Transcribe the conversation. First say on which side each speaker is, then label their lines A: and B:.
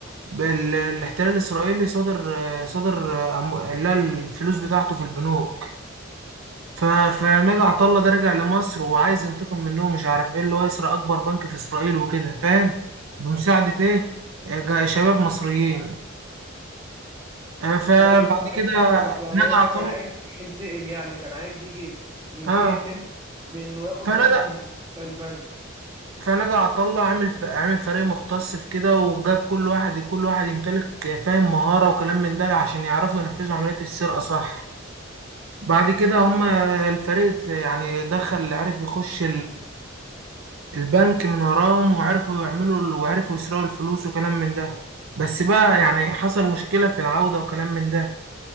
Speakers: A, on the right (about 75°); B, on the right (about 20°).
A: بال- الاحتلال الاسرائيلي صدر صدر أم- اللي هي الفلوس بتاعته في البنوك ف... فنجا عطا الله ده رجع لمصر وعايز ينتقم منهم مش عارف ايه اللي هو يسرق اكبر بنك في اسرائيل وكده فاهم بمساعدة ايه جا- شباب مصريين آه، فبعد
B: ايوه
A: كده
B: أنا فاهمك يعني
A: نجا
B: هو
A: عطا
B: كان
A: الله
B: عايز يجي ينتقم يعني كان عايز يجي ينتقم
A: اه
B: من بانه ياخد
A: فنجا
B: منهم في البنك
A: فنجا عطا الله عامل ف... عامل فريق مختص في كده وجاب كل واحد كل واحد يمتلك فاهم مهارة وكلام من ده عشان يعرفوا ينفذوا عملية السرقة صح بعد كده
B: آه،
A: هما الفريق يعني دخل عرف يخش البنك من وراهم وعرفوا يعملوا وعرفوا يسرقوا الفلوس وكلام من ده بس بقى يعني حصل مشكلة في العودة وكلام من ده